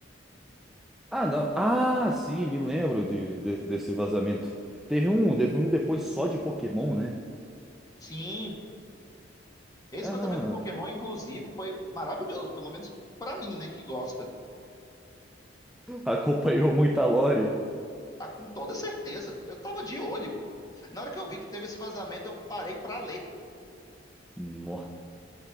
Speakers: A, in the centre; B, on the left (about 20°).
A: Ah, não. Ah, sim, me lembro de, de- desse vazamento. Teve um, teve um depois só de Pokémon, né?
B: Sim, esse
A: Ah,
B: vazamento
A: não.
B: do Pokémon, inclusive, foi maravilhoso, pelo menos pra mim, né, que gosta.
A: <laughs> Acompanhou muita lore.
B: Ah, com toda certeza. Eu tava de olho. Na hora que eu vi que teve esse vazamento, eu parei pra ler.
A: Nó.